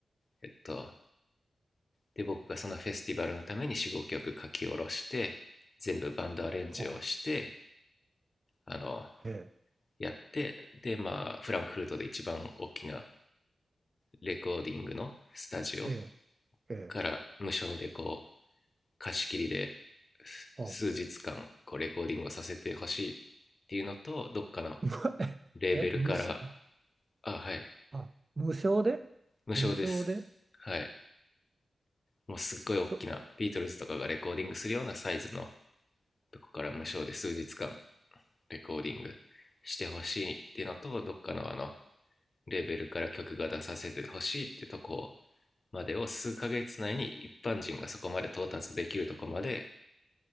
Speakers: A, on the left; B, on the right.
A: えっとで僕がそのフェスティバルのために45曲書き下ろして全部バンドアレンジをして
B: ほ
A: あの
B: う。へえ、
A: やってでまあフランクフルトで一番大きなレコーディングのスタジオ
B: へえ、へえ、
A: から無償でこう貸し切りで
B: ほ
A: 数日間こうレコーディングをさせてほしいっていうのとどっかの
B: う。<laughs>
A: レーベルから
B: え、無し、
A: あはい
B: あ、無償で無償で
A: 無償ですはいもうすっごい大きなビートルズとかがレコーディングするようなサイズの
B: そ、
A: とこから無償で数日間レコーディングしてほしいっていうのとどっかのあのレーベルから曲が出させてほしいってとこまでを数ヶ月内に一般人がそこまで到達できるとこまで